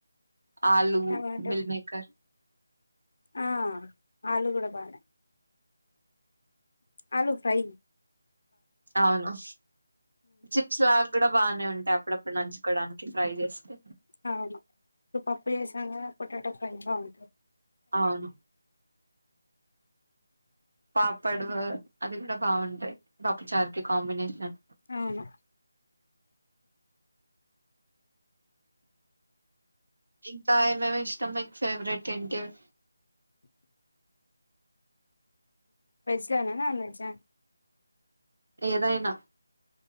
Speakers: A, on the right; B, on the left.
A: ఆలూ,
B: టమాటో
A: మీల్మకర్
B: ఆ ఆలు కూడా బానే ఆలూ ఫ్ర్య
A: అవును చిప్స్ లాగ కూడా బాగానే ఉంటాయి అప్పుడప్పుడు నంచూ కోడానికి ఫ్రై చేస్తే
B: అవును ఇప్పుడు పప్పు చేసాం కదా పొటాటో ఫ్రై. బావుంటది
A: అవును పాపడవు అది కూడా బాగుంటాయి ప ప్పుచారుకి కాంబినేషన్
B: అవును
A: ఇంకా ఏమేమ్ ఇష్టం మీకు ఫేవరెట్ ఏంటివ్
B: వెజ్ ఆ కావాలా నాన్వెజ్
A: ఏదైనా